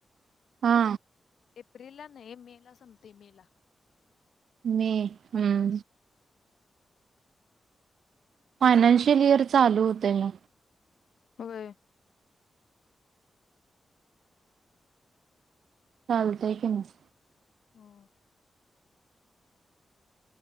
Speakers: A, on the right; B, on the left.
A: हा.
B: एप्रिल ला नाही मे ला संपतय मे ला
A: मे हुं. फायनान्शियल इयर चालू होतय.
B: होय.
A: चालतंय की नाही.
B: हो.